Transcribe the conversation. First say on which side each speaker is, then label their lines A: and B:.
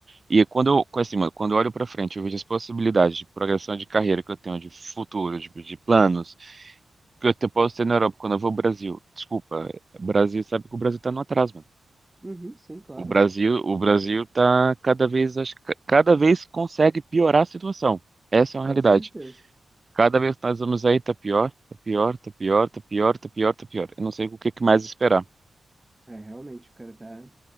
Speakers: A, on the right; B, on the right.
A: E quando eu, co- assim, mano, quando eu olho para frente, eu vejo as possibilidades de progressão de carreira que eu tenho, de futuro, de, de planos, que eu te- posso ter na Europa quando eu vou ao Brasil. Desculpa, é, Brasil sabe que o Brasil tá no atraso, mano.
B: Uhum, sim, claro.
A: O Brasil, o Brasil tá cada vez, acho que cada vez consegue piorar a situação. Essa
B: Com
A: é uma realidade.
B: certeza.
A: Cada vez que nós vamos aí, tá pior, tá pior, tá pior, tá pior, tá pior, tá pior. Eu não sei o que que mais esperar.
B: É, realmente, o cara tá.